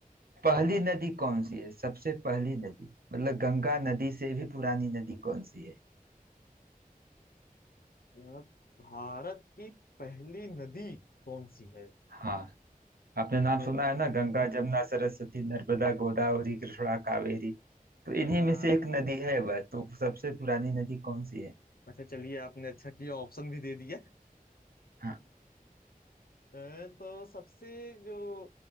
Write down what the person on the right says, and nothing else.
पहली
नदी कौन सी है सबसे पहली नदी मतलब गंगा नदी से भी पुरानी नदी कौन सी है
हाँ आपने नाम
सुना है ना गंगा जमुना सरस्वती नर्मदा गोदावरी कृष्णा कावेरी तो
इन्हीं में से एक नदी है वह तो सबसे पुरानी नदी कौन सी है
हाँ